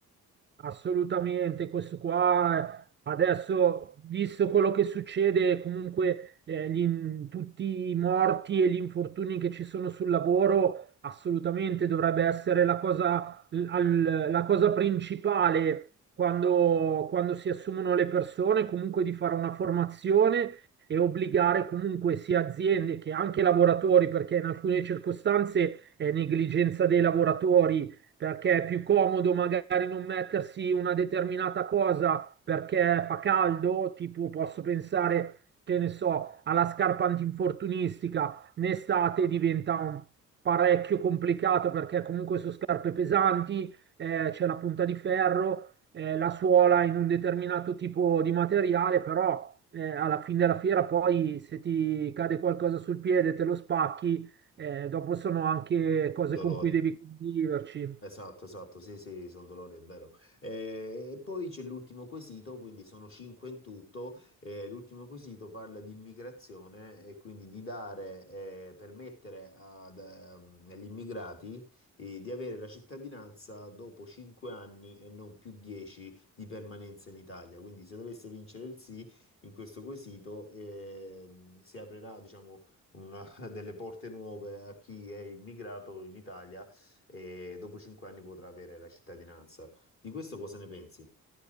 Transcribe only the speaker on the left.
Dolori.
Esatto, esatto, sì, sì, sono dolori, è vero. Eh, E, poi c'è l'ultimo quesito, quindi sono cinque in tutto. eh, l'ultimo quesito parla di immigrazione e quindi di dare, eh, permettere ad, ehm, agli immigrati, eh, di avere la cittadinanza dopo cinque anni e non più dieci di permanenza in Italia. Quindi se dovesse vincere il sì in questo quesito, ehm, si aprirà, diciamo, una- <laughs> delle porte nuove a chi è immigrato in Italia e dopo cinque anni potrà avere la cittadinanza. Di questo cosa ne pensi?